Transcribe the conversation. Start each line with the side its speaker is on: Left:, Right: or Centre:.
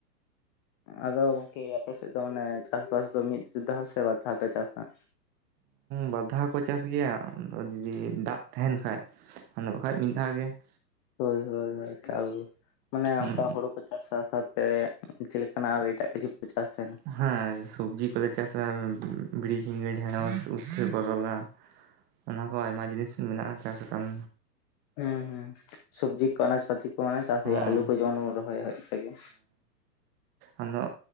Left: ᱟᱫᱚ ᱜᱚᱝᱠᱮ ᱟᱯᱮ ᱥᱮᱫ ᱫᱚ ᱢᱟᱱᱮ ᱪᱟᱥᱵᱟᱥ ᱫᱚ ᱢᱤᱫ ᱫᱷᱟᱣ ᱥᱮ ᱵᱟᱨ ᱫᱷᱟᱣ ᱯᱮ ᱪᱟᱥᱟ ᱾
Right: ᱵᱟᱫᱷᱟᱭ ᱠᱚ ᱪᱟᱥ ᱜᱮᱭᱟ ᱟᱫᱚ ᱫᱩᱤᱫᱤ ᱫᱟᱜ ᱛᱟᱦᱮᱱ ᱠᱷᱟᱡ ᱵᱟᱱᱩᱜ ᱠᱷᱟᱱ ᱢᱤᱫ ᱫᱷᱟᱣ ᱜᱮ ᱾
Left: ᱦᱳᱭ ᱦᱳᱭ ᱦᱳᱭ ᱮᱠᱟᱞ ᱢᱟᱱᱮ
Right: ᱦᱮᱸ
Left: ᱚᱱᱠᱟ ᱦᱳᱲᱳ ᱠᱚ ᱥᱟᱶ ᱥᱟᱶᱛᱮ ᱪᱮᱫ ᱞᱮᱠᱟᱱᱟᱜ ᱮᱴᱟᱜ ᱠᱤᱪᱷᱩ ᱪᱟᱥ ᱛᱟᱦᱮᱱᱟ᱾
Right: ᱦᱮᱸ ᱥᱚᱵᱡᱤ ᱠᱚᱞᱮ ᱪᱟᱥᱟ᱾ ᱵᱤᱲᱤ, ᱡᱷᱤᱜᱟ, ᱰᱷᱮᱲᱳᱥ, ᱤᱪᱪᱷᱟᱹ ᱠᱳᱨᱳᱞᱟ᱾ ᱚᱱᱟ ᱠᱚ ᱢᱟ ᱟᱭᱢᱟ ᱡᱤᱱᱤᱥ ᱢᱮᱱᱟᱜᱼᱟ ᱪᱟᱥ ᱨᱚᱠᱚᱢ
Left: ᱦᱮᱸ ᱦᱮᱸ ᱥᱚᱵᱽᱡᱤ ᱠᱚ ᱟᱱᱟᱡ ᱯᱟᱟᱹᱛᱤ ᱠᱚ ᱪᱟᱥ ᱦᱩᱭᱩᱜᱼᱟ᱾
Right: ᱦᱮᱸ
Left: ᱟᱞᱩ ᱠᱚ ᱡᱮᱢᱚᱱ ᱵᱚᱱ ᱨᱚᱦᱚᱭᱟ ᱤᱱᱠ ᱜᱮ᱾
Right: ᱟᱫᱚ